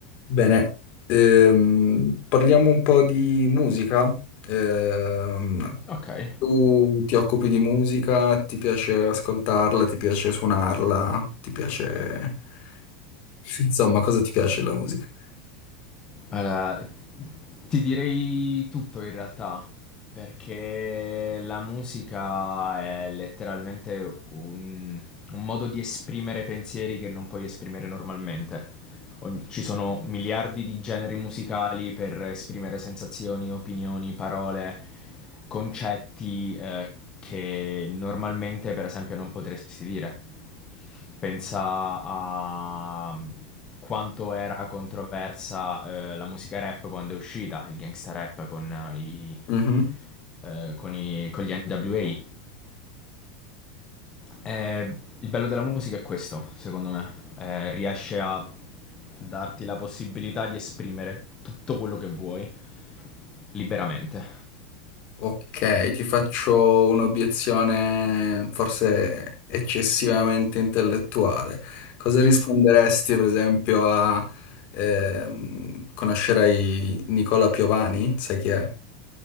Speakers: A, on the left; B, on the left.
A: Bene, ehm, parliamo un po' di musica. Ehm,
B: Ok,
A: tu ti occupi di musica, ti piace ascoltarla, ti piace suonarla, ti piace... Sì. Insomma, cosa ti piace della musica?
B: allora ti direi tutto in realtà, perché la musica è letteralmente un, un modo di esprimere pensieri che non puoi esprimere normalmente. Ogn- Ci sono miliardi di generi musicali per esprimere sensazioni, opinioni, parole, concetti eh, che normalmente, per esempio, non potresti dire. Pensa a quanto era controversa eh, la musica rap quando è uscita, il gangsta rap con, eh, i-
A: Mhm.
B: eh, con i- con gli NWA. Eh, il bello della musica è questo, secondo me. Eh, riesce a darti la possibilità di esprimere tutto quello che vuoi liberamente.
A: Ok, ti faccio un'obiezione forse eccessivamente intellettuale. Cosa risponderesti, per esempio, a... ehm, conoscerai Nicola Piovani? Sai chi è?